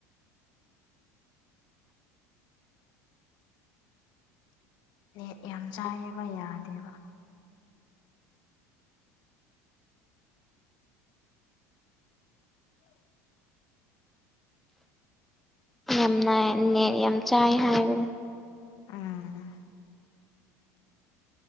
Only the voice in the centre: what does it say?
ꯌꯥꯝ ꯅꯢ ꯅꯦꯠ ꯌꯥꯝ ꯆꯥꯏ ꯍꯥꯏꯕꯅꯦ